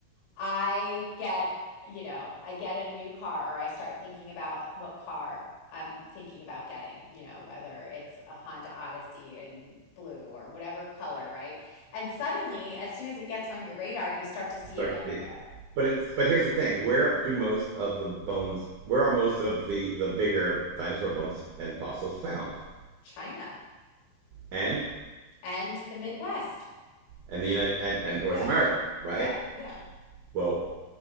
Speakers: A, on the left; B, on the right.
A: I get, you know, I get a new car or I start thinking about what car I'm thinking about getting, you know, whether it's a Honda Odyssey in blue or whatever color, right? And suddenly, as soon as it gets on your radar, you start to see
B: start
A: it everywhere.
B: to see it. But it's but here's the thing: where do most of the bones? Where are most of the the bigger dinosaur bones and fossils found?
A: China
B: And
A: and the Midwest.
B: and the United and, and North
A: Yeah,
B: America, right?
A: yeah, yeah.
B: Well,